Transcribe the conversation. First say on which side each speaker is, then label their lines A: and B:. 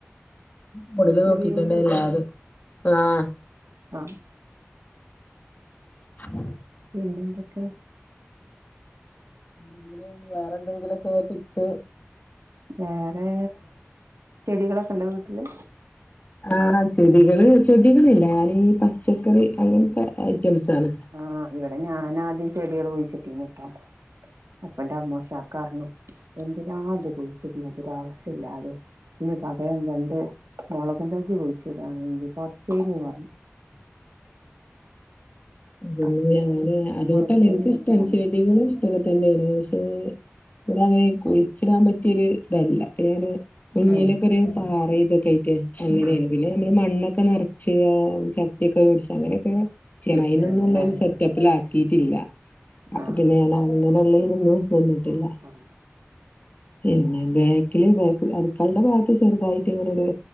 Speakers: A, on the left; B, on the right.
A: മുടില്
B: ചെറിയുള്ളി
A: നോക്കിട്ടന്നെ
B: കിട്ടും
A: എല്ലതും ആഹ്
B: ആഹ്
A: <inaudible>
B: പിന്നെ എന്തൊക്കെ
A: എന്തെങ്കിലും വേറെ എന്തെങ്കിലൊക്കെ ഇട്ട്
B: വേറെ ചെടികളൊക്കെ ഉണ്ടോ വീട്ടില്
A: ആഹ് ചെടികള് ചെടികളില്ല ഞാന് ഈ പച്ചക്കറി അങ്ങനത്തെ ഐറ്റംസ് ആണ്
B: ആഹ് ഇവിടെ ഞാനാദ്യം ചെടികൾ പോയിച്ചിട്ടീന്നിട്ടോ അപ്പോ ന്റെ അമ്മഷാക്ക പറഞ്ഞു എന്തിനാ അത് കുഴിച്ചിടുന്നെ അതൊരു ആവശ്യ ഇല്ലാതെ പിന്നെ പകരം രണ്ട് മുളകും തജ്ജ് കുഴിച്ചിടാണെങ്കിൽ പറച്ച് കഴിഞ്ഞ് പറഞ്ഞു
A: പിന്നെ
B: അപ്പൊ
A: ഞാന് അതോണ്ടല്ല
B: മുളകും തജ്ജ്
A: എനിക്കിഷ്ടാ
B: കുഴിച്ചിടാൻ
A: ചെടികൾ
B: നോക്കി
A: ഇഷ് ട്ടൊക്കെ തന്നെയാണ് പക്ഷെ ഇവിടെ അങ്ങനെ കൊയിച്ചിടാൻ പറ്റിയൊരു ഇതല്ല അപ്പൊ ഞാന് കുഞ്ഞിലൊക്കെ
B: ഏഹ്
A: ഒരു പാറ ഇതൊക്കെ ആയിട്ട് അങ്ങനെയാണ്
B: ആഹ്
A: പിന്നെ നമ്മള് മണ്ണൊക്കെ നിറച്ച് ച ട്ടിയൊക്കെ വേടിച്ച് അങ്ങനൊക്കെ ചെയ്യണേ
B: കുഴിച്ചിടണല്ലേ
A: അയിനുള്ളൊരു സെറ്റപ്പിലാക്കിയിട്ടില്ല അപ്പ
B: ആഹ്
A: പിന്നെ ഞാൻ അങ്ങനൊള്ളയിനൊന്നും നിന്നിട്ടില്ല
B: ആഹ്
A: പിന്നെ ബാക്കില് ബാക്ക് അടുക്കളെടെ ഭാഗത്ത് ചെറുതായിട്ട് ഇങ്ങനൊരു